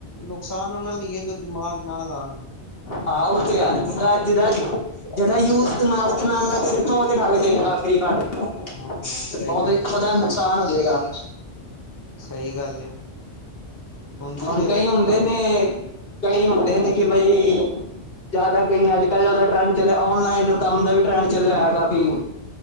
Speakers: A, on the left; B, on the left.
A: ਨੁਕਸਾਨ ਔਨਾਂ ਲਈ ਹੈ, ਜੋ ਦਿਮਾਗ ਨਾਲ ਲਾਣ
B: ਹਾਂ, ਉਹ ਤੇ ਯਾਰ ਜ ਜਿਹਾ ਜਿਹੜਾ ਯੂ ਦਿਮਾਗ ਦੇ ਨਾਲ ਨਾਲ ਫਿਰ ਉਹ ਤੇ ਠੱਗ ਜੇ <unintelligible>
A: ਹਾਂ ਸਹੀ
B: ਉਹਦੇ
A: ਗੱਲ ਏ
B: ਦਾ ਨੁਕਸਾਨ ਗਿਆ।
A: ਸਹੀ ਗੱਲ ਏ। ਤੁਸੀਂ
B: ਹੁਣ ਕਈ
A: ਅਗਰ
B: ਹੁੰਦੇ
A: ਤੁਹਾਡੇ
B: ਨੇ ਕਈ ਹੁੰਦੇ ਨੇ ਕਿ ਬਈ ਜ਼ਿਆਦਾ ਕਈ ਅੱਜ ਕੱਲ੍ਹ ਉਹਦਾ ਟਰੈਂਡ ਚੱਲਿਆ ਆਨਲਾਈਨ ਕੰਮ ਦਾ ਵੀ ਟਰੈਂਡ ਚੱਲਿਆ ਹੋਇਆ ਕਾਫੀ।